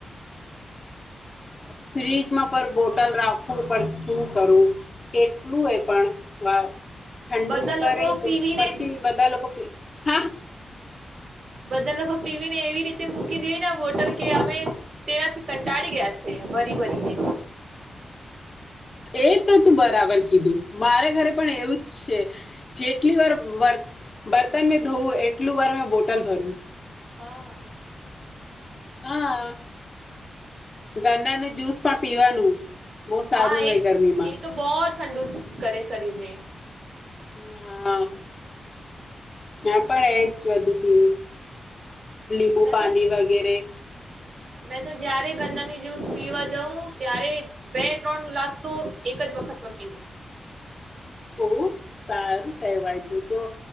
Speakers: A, on the left; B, on the right.
A: ફ્ર્રીજમાં પણ બોટલ રાખવું પણ શું કરું કેટલું એ પણ ઠંડુ
B: બધા
A: કરે
B: લોકો
A: તો
B: પીવીને
A: પછી બધા લોકો પી હ
B: બધા લોકો પીવીને એવી રીતે મૂકી દેને બોટલ કે અમે તેનાથી કંટાળી ગયા છે ભરી ભરીને
A: એ તો તું બરાબર કીધું મારા ઘરે પણ એવું જ છે જેટલી વાર બર્તન મેં ધોવું એટલું વાર મેં બોટલ ભરું
B: હા
A: હા ગરનાર નું જુસ પણ પીવાનું બહુ સારું
B: હા
A: રહે
B: એ તો
A: ગરમીમાં
B: એ તો બહુ ઠંડુ કરે શરીરને
A: હા ના પણ એજ વધુ પીવું લીંબુ
B: મેં
A: પાણી
B: તો
A: વગેરે
B: મેં તો જયારે ગન્નાની જ્યુસ પીવા જઉં ત્યારે બે ત્રણ ઉલાસ તો એક જ વખતમાં પીું
A: ઓ સારું કહેવાય તું તો